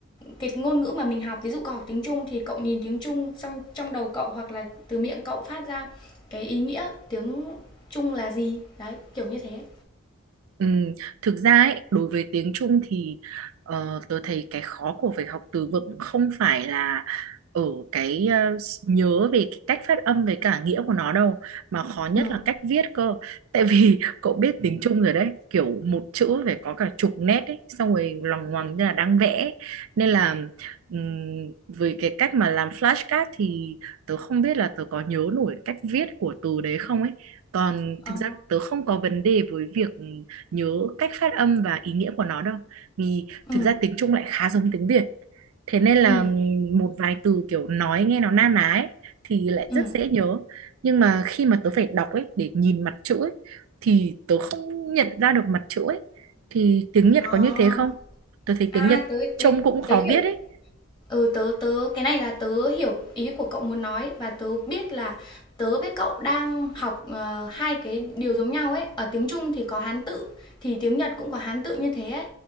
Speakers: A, on the left (about 20°); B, on the right (about 75°).
A: cái ngôn ngữ mà mình học ví dụ cậu học tiếng Trung thì cậu nhìn tiếng Trung xong trong đầu cậu hoặc là từ miệng cậu phát ra cái ý nghĩa tiếng Trung là gì đấy kiểu như thế
B: Ừm, thực ra ấy, đối với tiếng Trung thì ờ, tớ thấy cái khó của việc học từ vựng không phải là ở cái ờ, s- nhớ về cái cách phát âm với cả nghĩa của nó đâu mà khó nhất
A: ừ
B: là cách viết cơ tại vì <laughs> cậu biết tiếng Trung rồi đấy kiểu một chữ phải có cả chục nét ấy xong rồi loằng ngoằng như là đang vẽ ấy. nên là ừm, với cái cách mà làm flashcard thì tớ không biết là tớ có nhớ nổi cách viết của từ đấy không ấy còn
A: À.
B: thực ra tớ không có vấn đề với việc nhớ cách phát âm và ý nghĩa của nó đâu vì
A: ừ
B: thực ra tiếng Trung lại khá giống tiếng Việt thế nên là
A: ừ
B: một vài từ kiểu nói nghe nó na ná ấy, thì lại
A: ừ
B: rất dễ nhớ nhưng mà khi mà tớ phải đọc ấy để nhìn mặt chữ ấy, thì tớ không nhận ra được mặt chữ ấy thì tiếng Nhật
A: À,
B: có như thế không tớ thấy
A: à,
B: tiếng Nhật
A: tới
B: trông
A: tới
B: cũng khó
A: tới hiểu
B: viết ấy
A: Ừ, tớ tớ cái này là tớ hiểu ý của cậu muốn nói và tớ biết là tớ với cậu đang học ờ, hai cái điều giống nhau ấy. Ở tiếng Trung thì có Hán tự thì tiếng Nhật cũng có Hán tự như thế ấy.